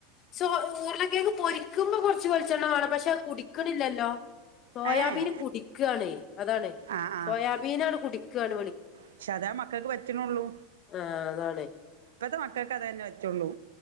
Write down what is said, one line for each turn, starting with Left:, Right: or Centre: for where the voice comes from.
Left: സൊ ഉരുളക്കെങ്ങു പൊരിക്കുമ്പോ കൊർ ച്ച് വെളിച്ചെണ്ണ വേണം പക്ഷെ കുടിക്കണില്ലല്ലോ സോയാബീന്
Right: ഏഹ്
Left: കുടിക്കാണ് അതാണ്
Right: ആഹ് ആഹ്
Left: സോയാബീന് ആണ് കുടിക്കയാണ് വെളി
Right: പക്ഷെ അതാ മക്കക്ക് പറ്റുന്നുള്ളൂ
Left: ആഹ് അതാണെ
Right: ഇപ്പത്തെ മക്കക്ക് അത് തന്നെ പറ്റൂള്ളൂ